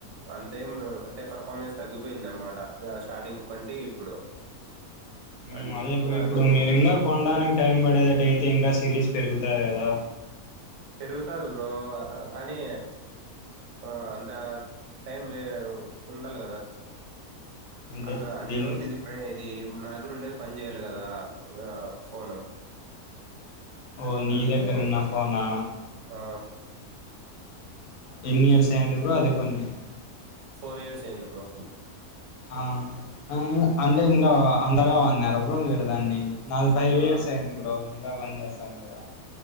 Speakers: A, on the right; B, on the left.
A: అంతేం అంటే పర్ఫార్మెన్స్ తగ్గిపోయింది అన్నమాట. స్టార్టింగ్ కంటే ఇప్పుడు.
B: ఉమ్,
A: అన్-
B: అదే
A: ఇంకా
B: బ్రో ఇప్పుడు
A: అందుకు
B: మీరు
A: కొన్-
B: ఇంకా కొనడానికి టైం పడేటట్టు అయితే ఇంకా సిరీస్ పెరుగుతది కదా.
A: పెరుగుతది బ్రో కానీ, ఆ అంత టైం వే ఉండాల కదా.
B: అంటే
A: అంత, అన్ని
B: దీనికి
A: రోజులు ఇది ప్రై ఇది నాదగ్గరుండేది పని చేయాలి కదా, ఆ ఫోను.
B: ఓ, నీ
A: అందుకు
B: దగ్గరున్న ఫోనా?
A: ఆ
B: ఎన్ని ఇయర్స్ ఐంది బ్రో అది కొని?
A: ఫోర్ ఇయర్స్ ఐంది బ్రో.
B: ఆ, అ అంటే ఇంగా అంతగా వాడినార బ్రో, మీరు దాన్ని? నాది ఫైవ్
A: ఆ
B: ఇయర్స్ అయింది బ్రో, ఇంకా పని చేస్ స్తంది కదా.